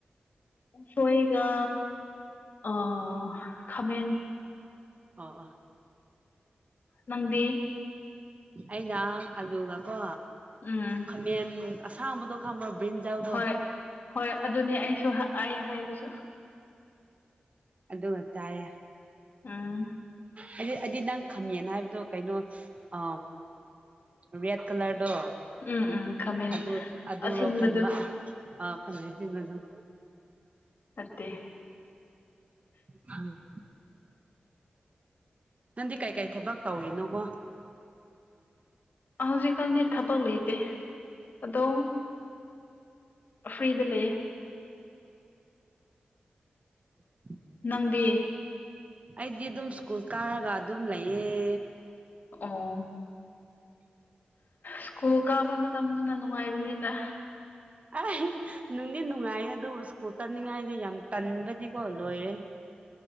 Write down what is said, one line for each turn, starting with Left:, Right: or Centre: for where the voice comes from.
Left: ꯎ ꯁꯣ ꯑꯩꯒ ꯑ ꯈꯥꯃꯦꯟ
Right: ꯑ ꯑꯥ
Left: ꯅꯗꯤ
Right: ꯑꯩꯅ ꯑꯂꯨꯒ ꯀꯣ
Left: ꯎꯝ
Right: ꯈꯥꯃꯦꯟ ꯑꯁꯥꯡꯕꯗꯣ ꯈꯥꯃꯕ ꯕꯤꯟꯖꯥꯎꯗꯣ
Left: ꯍꯣꯏ ꯍꯣꯏ ꯑꯗꯨꯅꯦ ꯑꯩꯁꯨ ꯑꯩ ꯍꯥꯏꯕꯁꯨ
Right: ꯑꯗꯨꯗ ꯃ ꯆꯑ
Left: ꯑꯥ
Right: ꯍꯥꯏꯗꯤ ꯑꯩꯗꯤ ꯅꯪ ꯈꯝꯃꯦꯅ ꯍꯥꯏꯕꯗꯣ ꯀꯩꯅꯣ ꯑ ꯔꯦꯠ ꯀꯂꯔꯗꯣ
Left: ꯎꯝ ꯎꯝ ꯈꯥꯃꯦꯟ
Right: ꯑꯗꯨ ꯑꯗꯨꯔꯣ
Left: ꯑꯁꯤꯟꯕꯗꯨ
Right: ꯈꯟꯕ ꯑ ꯈꯟꯃꯦꯦ ꯁꯤ ꯑꯗꯨꯝ
Left: ꯑꯠꯇꯦ
Right: ꯎꯝ ꯅꯪꯗꯤ ꯀꯩꯀꯩ ꯊꯕꯛ ꯇꯧꯔꯤꯅꯣꯒꯣ
Left: ꯍꯧꯖꯤꯛꯀꯥꯟꯗꯤ ꯊꯕꯛ ꯂꯩꯇꯦ ꯑꯗꯣ ꯐ꯭ꯔꯤꯗ ꯂꯩꯌꯦꯦ
Right: ꯎꯝ
Left: ꯅꯪꯗꯤ
Right: ꯑꯩꯗꯤ ꯑꯗꯨꯝ ꯁ꯭ꯀꯨꯜ ꯀꯥꯔꯒ ꯑꯗꯨꯝ ꯂꯩꯌꯦ
Left: ꯑꯣ ꯁ꯭ꯀꯨꯜ ꯀꯥꯕ ꯃꯇꯝꯗꯨꯅ ꯅꯨꯡꯉꯥꯏꯕ ꯅꯤꯗ
Right: ꯑꯩ ꯅꯨꯡꯗꯤ ꯅꯨꯡꯉꯥꯏꯌꯦ ꯑꯗꯨ ꯁ꯭ꯀꯨꯜ ꯇꯅꯤꯡꯉꯥꯏꯁꯦ ꯌꯥꯝ ꯇꯟꯕꯗꯤꯀꯣ ꯂꯣꯏꯔꯦ